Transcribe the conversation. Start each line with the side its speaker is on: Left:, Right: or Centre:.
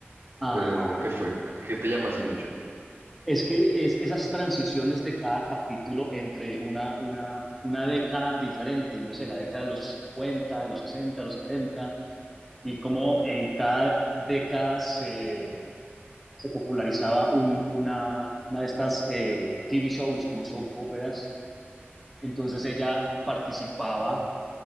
Centre: Ajá.
Right: pero ¿qué fue? ¿Qué, qué te llama así mucho?
Centre: Es que es esas transiciones de cada capítulo entre una, una, una década diferente, no sé, la década de los 50, los 60, los 70, y cómo en cada década se, se popularizaba un, una, una de estas eh, TV shows como soap operas. Entonces ella participaba